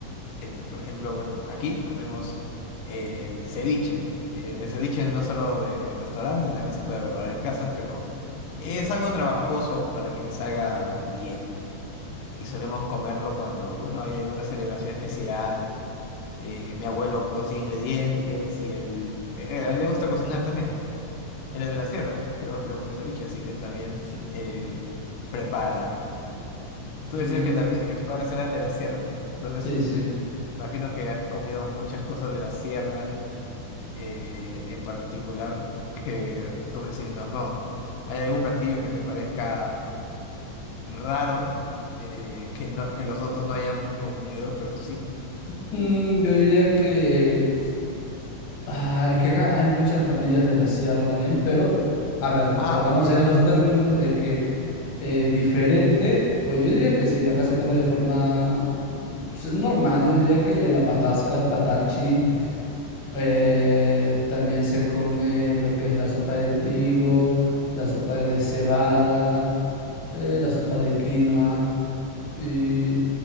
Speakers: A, on the left (about 85°); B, on the left (about 50°).
A: Entonces, Por ejemplo, bueno, aquí comemos eh, ceviche. Eh, el ceviche no es solo de restaurante, también se puede preparar en casa, pero es algo trabajoso para que te salga bien. Y solemos comerlo cuando, bueno, hay alguna celebración especial. Eh, mi abuelo cocina ingredientes y él, eh, a él le gusta cocinar también. Él es de la sierra, pero le gusta el ceviche, así que también <laughs> eh, prepara. Tú
B: Mm,
A: decías que también que tus padres eran de la sierra, ¿no? Entonces,
B: sí, sí.
A: Imagino que has comido muchas cosas de la sierra, eh, en particular, que tus vecinos no. ¿Hay algún platillo que te parezca raro, eh, que no, que los otros no hayan comido, pero tú sí?
B: Mm, yo diría que... ah, es que acá hay muchas familias de la sierra también, pero, a ver,
A: Ah,
B: si hablamos
A: ok.
B: en esos términos de que... Eh, diferente, pues yo diría que sí, de acá se come de forma pues, normal, yo diría que la patasca, el patachi, eh, también se come lo que es la sopa de trigo, la sopa de cebada, eh, la sopa de quinoa y